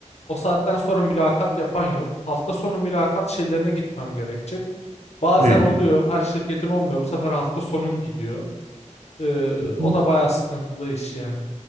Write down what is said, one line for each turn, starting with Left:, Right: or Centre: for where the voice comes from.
Left: O saatten sonra mülakat yapan yok. Hafta sonu mülakat şeylerine gitmem gerekecek. Bazen
Right: Evet.
Left: oluyor. Her şirketin olmuyor. Bu sefer hafta sonun gidiyor. Ee,
Right: Hı hı.
Left: o da bayağı sıkıntılı iş yani.